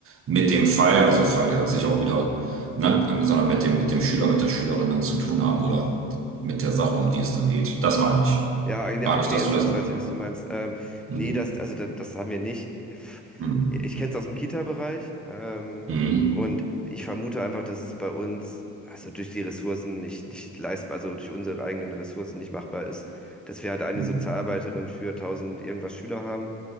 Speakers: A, on the right; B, in the centre.
A: mit dem Fall, also Fall hört sich auch wieder, ne,
B: hm.
A: ähm, sondern mit dem, mit dem Schüler, mit der Schülerin dann zu tun haben oder mit der Sache, um die es dann geht. Das meine ich.
B: Ja, ja,
A: Gar
B: okay,
A: nicht, dass
B: jetzt,
A: du das.
B: jetzt weiß ich, was du meinst. Ähm,
A: Mhm.
B: nee, das, also das, das haben wir nicht.
A: Mhm.
B: Ich kenne es aus dem Kita-Bereich, ähm,
A: Mhm.
B: und ich vermute einfach, dass es bei uns, also durch die Ressourcen nicht, nicht leistbar, also durch unsere eigenen Ressourcen nicht machbar ist, dass wir halt eine
A: Mhm.
B: Sozialarbeiterin für 1000 irgendwas Schüler haben.